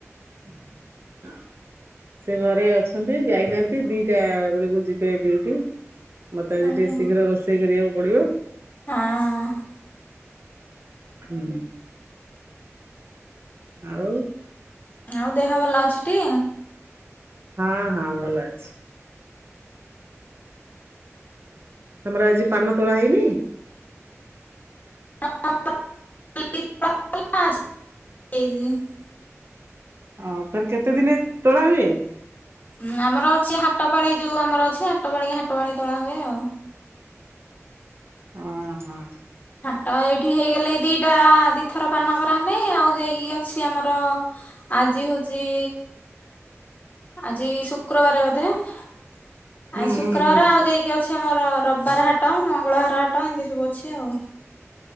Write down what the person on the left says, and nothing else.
ଆଜ୍ଞା
ହଁ
ଆଉ ଦେହ ଭଲ ଅଛିଟି?
<unintelligible>
ହଁ ଆମର ଅଛି ହାଟ ପାଳି ଯୋଉ ଆମର ଅଛି ହାଟ ପାଳି କି ହାଟ ପାଳି ତୋଳା ହୁଏ ଆଉ।
ହାଟ ଏଇଠି ହେଇଗଲେ ଏଇ ଦିଟା ଦି ପଥର ପାନ କରାନେ ଆଉ ଯାଇକି ଅଛି ଆମର ଆଜି ହଉଛି ଆଜି ଶୁକ୍ରବାର ବୋଧେ ଆ
ଶୁକ୍ରବାର
ଆଉ ଯାଇକି ଅଛି ଆମର ରବିବାର ହାଟ ମଙ୍ଗଳବାର ହାଟ ଏମିତି ସବୁ ଅଛି ଆଉ।